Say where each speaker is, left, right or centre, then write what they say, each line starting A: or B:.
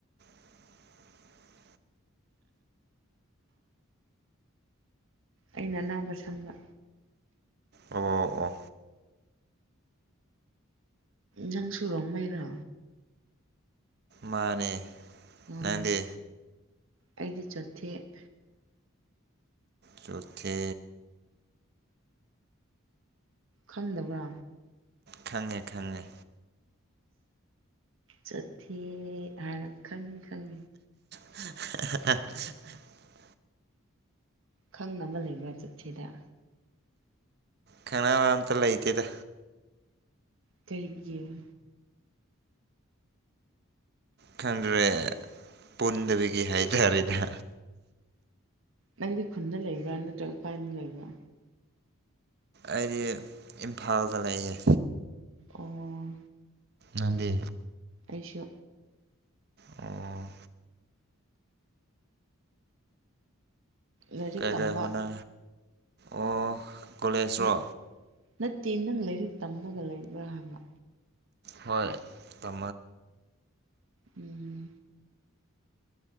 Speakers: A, on the right; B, on the right.
A: <unintelligible> <inaudible>
B: ꯑꯩꯅ ꯑꯅꯥꯕ ꯁꯪꯕ
A: ꯑꯣ ꯑꯣ
B: ꯅꯪ ꯁꯨꯔꯣꯡ ꯃꯩꯔꯣ
A: ꯃꯥꯅꯦ
B: ꯑꯣ
A: ꯅꯪꯗꯤ
B: ꯑꯩꯗꯤ ꯆꯣꯠꯊꯦꯛ
A: ꯆꯣꯊꯤ
B: ꯈꯪꯗꯕ꯭ꯔꯥ
A: ꯈꯪꯉꯦ ꯈꯪꯉꯦ
B: ꯆꯊ ꯑ ꯈꯪ ꯈꯪ
A: <unintelligible> <inaudible>
B: ꯈꯪꯅꯕ ꯂꯩꯕ꯭ꯔꯥ ꯆꯠꯊꯗ
A: ꯀꯅꯥꯅꯕ ꯑꯝꯇ ꯂꯩꯇꯦꯗ
B: ꯊꯒ <inaudible>
A: ꯈꯗ꯭ꯔꯦ ꯄꯨꯟꯗꯕꯤꯒꯤ ꯍꯥꯏ ꯇꯔꯗ
B: ꯅꯪꯒꯤ ꯈꯨꯟꯗ ꯂꯩꯕ꯭ꯔꯥ ꯅꯠꯇ꯭ꯔꯒ ꯀꯥꯏꯅ ꯂꯩꯕ꯭ꯔꯥ
A: ꯑꯩꯗꯤ ꯏꯝꯐꯥꯜꯗ ꯂꯩꯌꯦ
B: ꯑꯣ
A: ꯅꯗ
B: ꯑꯩꯁꯨ
A: ꯑꯣ
B: ꯂꯥꯏꯔꯤꯛ
A: ꯀꯩ
B: ꯇꯝꯕ
A: ꯀꯥꯏ ꯍꯣꯠꯅ ꯑꯣ ꯀꯣꯂꯦꯖꯔꯣ
B: ꯅꯠ ꯅꯠꯇꯦ ꯅꯪ ꯂꯥꯏꯔꯤꯛ ꯇꯝꯅꯕ ꯂꯩꯕ꯭ꯔꯥ ꯍꯥꯏꯕ
A: ꯍꯣꯏ ꯇꯔ
B: ꯎꯝ